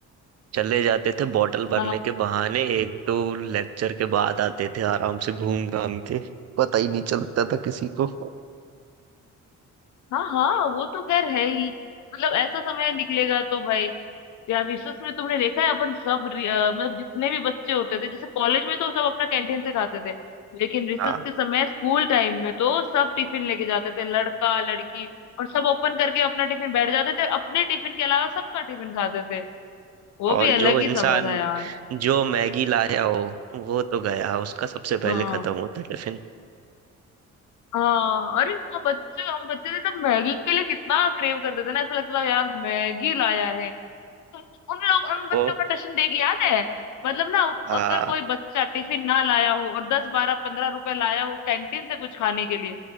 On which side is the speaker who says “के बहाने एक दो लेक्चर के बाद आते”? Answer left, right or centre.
Right